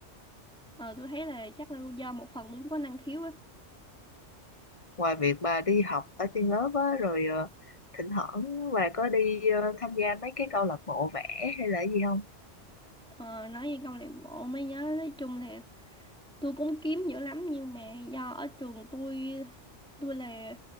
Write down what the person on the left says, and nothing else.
ngoài việc bà đi học ở trên lớp á, rồi ờ, thỉnh thoảng bà có đi ờ, tham gia mấy cái câu lạc bộ vẽ hay là gì không